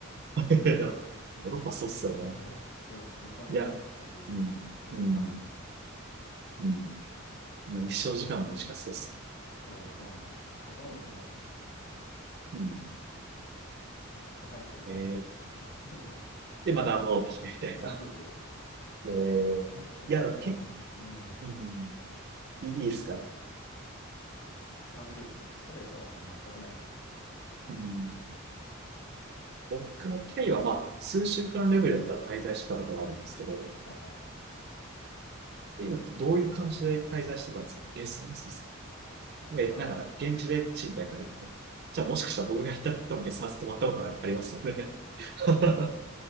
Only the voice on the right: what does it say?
<laughs> いやヨーロッパそうっすよね。
いや、うん、
うん、うん。まあ日照時間も短そうっす。
うん。
えー、
で、また戻ってきてみたいな。
<laughs> えー、
いや、結構、
うんいいいいっすか。
うん、僕の経緯は、まあ、数週間レベルだったら滞在してたことがあるんですけど、
え今どういう感じで滞在してたんですか月んですで、
なんか、現地で賃貸借りるみたいな。
じゃあ、もしかしたら僕が行った時にさっと泊まったことがありますので。<laughs>